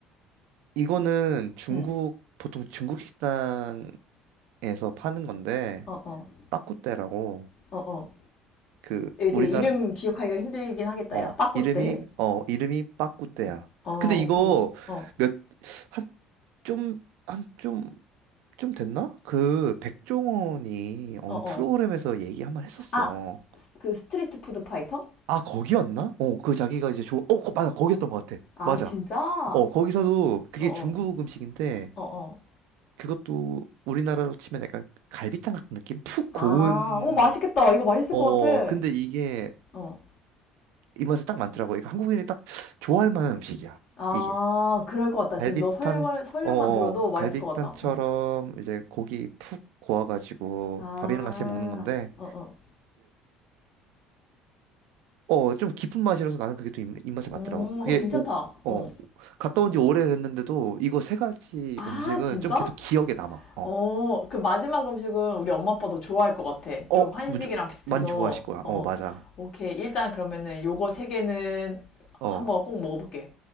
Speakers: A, on the right; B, on the left.
A: 이거는 중국,
B: 응.
A: 보통 중국 식당에서 파는 건데,
B: 어, 어.
A: 빠꾸떼라고,
B: 어, 어.
A: 그,
B: 이게 되게
A: 우리나라,
B: 이름 기억하기가 힘들긴 하겠다,
A: 어,
B: 야. 빠꾸떼.
A: 이름이, 어, 이름이 빠꾸떼야.
B: 어,
A: 근데 이거
B: 오케이. 어,
A: 몇, 한, 좀, 한, 좀, 좀 됐나? 그, 백종원이 어느
B: 어, 어.
A: 프로그램에서 얘기 한번 했었어.
B: 아, 스- 그 스트리트 푸드 파이터?
A: 아, 거기였나? 어, 그 자기가 이제 좋아, 어, 거- 맞아, 거기였던 것 같아.
B: 아,
A: 맞아.
B: 진짜? 어,
A: 어, 거기서도 그게
B: 어,
A: 중국 음식인데,
B: 어, 어.
A: 그것도 우리나라로 치면 약간 갈비탕 같은 느낌? 푹
B: 아,
A: 고운,
B: 오, 맛있겠다. 이거 맛있을
A: 어,
B: 것 같아.
A: 근데 이게
B: 어.
A: 입맛에 딱 맞더라고. 그러니까 한국인이 딱 좋아할 만한 음식이야.
B: 아,
A: 이게.
B: 그럴 것 같다. 지금
A: 갈비탕,
B: 너 설명, 설명만
A: 어,
B: 들어도 맛있을
A: 갈비탕처럼
B: 것 같다. 어.
A: 이제 고기 푹 고와가지고
B: 아,
A: 밥이랑 같이 먹는 건데,
B: 어, 어.
A: 어, 좀 깊은 맛이라서 나는 그게 또 입, 입맛에 맞더라고.
B: 음,
A: 그게
B: 어, 괜찮다.
A: 오, 어,
B: 어.
A: 갔다 온지 오래됐는데도 이거 세 가지
B: 아,
A: 음식은
B: 진짜?
A: 좀 계속 기억에 남아. 어,
B: 어, 그 마지막 음식은 우리 엄마 아빠도 좋아할 것 같아.
A: 어,
B: 좀 한식이랑
A: 우주,
B: 비슷해서.
A: 많이 좋아하실 거야.
B: 어,
A: 어,
B: 어.
A: 맞아.
B: 오케이. 일단 그러면은 요거 세 개는 한번
A: 어,
B: 꼭 먹어볼게.